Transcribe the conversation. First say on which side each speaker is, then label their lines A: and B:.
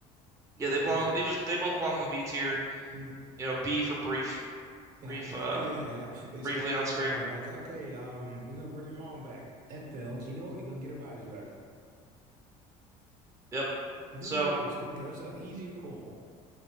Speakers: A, on the right (about 20°); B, on the right (about 55°).
A: yeah, they belong.
B: Yeah.
A: They just they both belong in the B tier.
B: Mm.
A: You know, B for brief,
B: Yeah.
A: brief,
B: <laughs>
A: uh,
B: Yeah, yeah. They
A: briefly
B: start
A: on
B: off
A: screen.
B: going like, okay, um, we're gonna bring her mom back. That fails. You know what? You're gonna get her bodies back.
A: Yep.
B: Good
A: So
B: goals. Good. goals. That's an easier goal.